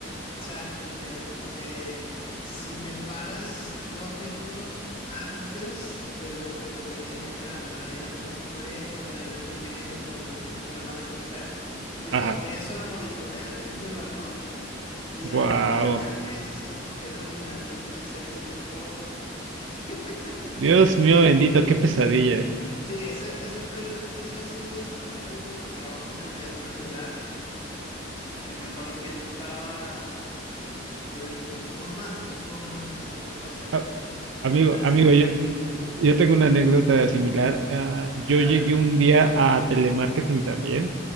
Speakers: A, on the left (about 30°); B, on the right (about 75°).
A: sabes, como que te- eh, si te paras dos minutos antes de lo que te tenías que parar para ir a un break o para ir a comer o porque tienes que ir al baño, lo que sea, tipo,
B: ajá.
A: eso lo monitorean, eso lo anotan y
B: Wow.
A: al final del mes así como que no, mira, aquí te excediste por... <laughs>
B: Dios mío bendito, qué pesadilla.
A: Sí, ese, ese fue el- ese ha sido hasta ahora el único trabajo que me ha hecho llorar, que me acuerdo que yo estaba... Yo dije, no puedo más, no puedo más, hacer- no puedo hacer esto
B: A-
A: más.
B: amigo,
A: Así
B: amigo,
A: que,
B: yo, yo tengo una anécdota similar. Ah, yo
A: a ver.
B: llegué un día a telemarketing también,